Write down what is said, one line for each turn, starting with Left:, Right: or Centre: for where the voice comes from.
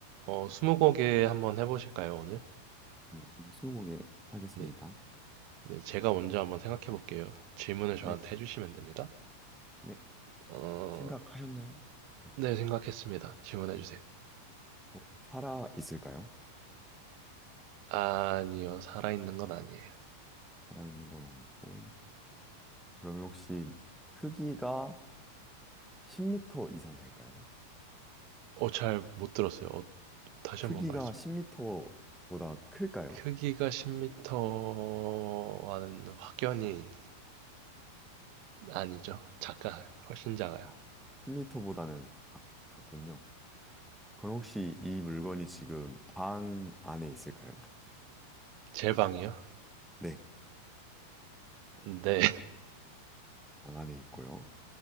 Right: 어, 스무고개 한번 해보실까요, 오늘?
Centre: 네, 스무고개 하겠습니다.
Right: 네. 네, 제가 먼저 한번 생각해 볼게요. 질문을 저한테
Centre: 네,
Right: 해주시면 됩니다.
Centre: 네,
Right: 어,
Centre: 생각하셨나요? 네.
Right: 네, 생각했습니다. 질문해 주세요.
Centre: 어, 살아 있을까요?
Right: 아니요, 살아있는 건 아니에요.
Centre: 살아 있는 건 아니고. 그러면 혹시 크기가 10m 이상 될까요?
Right: 어, 잘 못 들었어요. 어, 다시
Centre: 크기가
Right: 한번 말씀해.
Centre: 10m보다 클까요?
Right: 크기가 10m와는 확연히 아니죠. 작아, 훨씬 작아요.
Centre: 아, 10m보다는 작, 작군요. 그럼 혹시 이 물건이 지금 방 안에 있을까요?
Right: 제 방이요?
Centre: 네,
Right: 네. <laughs>
Centre: 방 안에 있고요.